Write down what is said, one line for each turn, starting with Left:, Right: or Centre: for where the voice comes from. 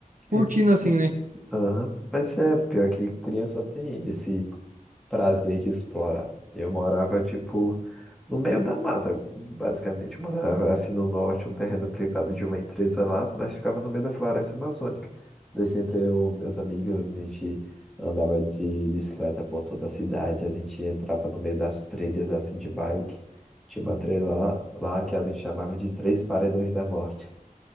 Right: curtindo,
Centre: E-
Right: assim,
Centre: e-
Right: né?
Centre: Aham. Mas é pior que criança tem esse. prazer de explorar. Eu morava, tipo, no meio da mata, basicamente. Eu morava, assim, no norte, um terreno privado de uma empresa lá, mas ficava no meio da floresta amazônica. Daí sempre eu, meus amigos, a gente andava de bicicleta por toda a cidade, a gente entrava no meio das trilhas, assim, de bike. Tinha uma trilha lá, lá que a gente chamava de Três Paredões da Morte,